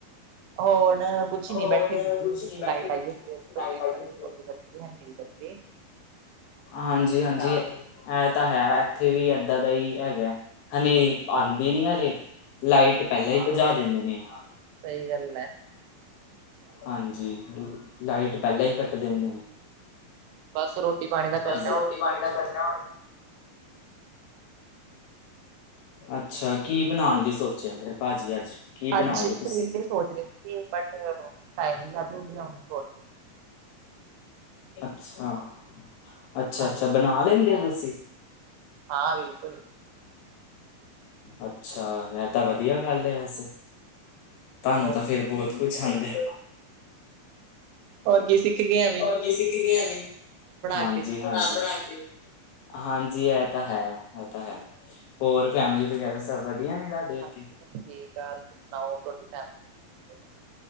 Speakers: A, on the right; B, on the left.
A: ਹੋਣ ਕੁਛ
B: ਹੋਰ
A: ਨੀ, ਬੈਠੇ ਸੀਗੇ
B: ਕੁਛ ਨੀ ਬੈਠੇ
A: ਲਾਈਟ ਆਈਏ ਫਿਰ ਗੱਤੇ
B: ਲਾਈਟ
A: ਹੈ
B: ਆਈ ਏ।
A: ਨਹੀਂ, ਗੱਤੇ।
B: ਹਾਂਜੀ-ਹਾਂਜੀ ਐ ਤਾ ਹੈ, ਇੱਥੇ ਵੀ ਏਦਾਂ ਦਾ ਹੀ ਹੈਗਾ, ਹਨੇਰੀ ਆਂ ਆਂਦੀ ਨੀ ਹਜੇ, ਲਾਈਟ ਪਹਿਲਾਂ
A: ਹਾਂ
B: ਹੀ ਭਜਾ ਦਿੰਦੇ ਨੇ।
A: ਸਹੀ ਗਲ ਐ।
B: ਹਾਂਜੀ, ਲਾਈਟ ਪਹਿਲਾਂ ਈ ਕੱਟ ਦਿੰਦੇ ਨੇ।
A: ਬਸ ਰੋਟੀ-ਪਾਣੀ ਦਾ
B: ਬਸ
A: ਖ਼ਰਚਾ
B: ਰੋਟੀ
A: ਹੋਣ
B: ਪਾਣੀ ਦਾ ਕਰਨਾ ਹੁਣ। ਅੱਛਾ, ਕੀ ਬਣਾਉਣ ਦੀ ਸੋਚਿਆ ਫਿਰ ਭਾਜੀ ਅੱਜ? ਕੀ
A: ਅੱਜ
B: ਬਣਾਓਗੇ
A: ਕਰੇਲੇ
B: ਤੁਸੀ?
A: ਸੋਚ ਰਹੇ ਸੀ ਬਟ ਟਾਈਮ ਨੀ ਲੱਗ ਰਿਹਾ ਹੁਣ ਸੋਚ
B: ਅੱਛਾ, ਅੱਛਾ-ਅੱਛਾ
A: ਹਾਂਜੀ
B: ਬਣਾ ਲੈਂਦੇ ਓ ਤੁਸੀ?
A: ਹਾਂ, ਬਿਲਕੁਲ।
B: ਅੱਛਾ, ਐ ਤਾ ਵਧੀਆ ਗੱਲ ਏ ਵੈਸੇ। ਤੁਹਾਨੂੰ
A: ਹੋਰ
B: ਤਾ ਫੇਰ ਬਹੁਤ ਕੁਛ ਆਂਦੈ।
A: ਹੋਰ ਕੀ ਸਿੱਖ ਗਿਆ।
B: ਹੋਰ ਕੀ ਸਿਖਗੇ ਆਂ ਐਂਵੇ ਈ। ਹਾਂਜੀ।
A: ਕੇ
B: ਬਣਾ-ਬਣਾਕੇ, ਹਾਂਜੀ ਐ ਤਾ ਹੈ, ਐ ਤਾ ਹੈ। ਹੋਰ ਫੈਮਲੀ ਵਗੈਰਾ ਸਭ ਵਧੀਆ ਨੇ, ਤਹਾਡੇ ਇੱਥੇ?
A: ਹਾਂਜੀ ਸਭ ਠੀਕ ਆ ਤੁਸੀਂ ਸੁਣਾਓ ਤੁਹਾਡੀ ਫੈਮਿਲੀ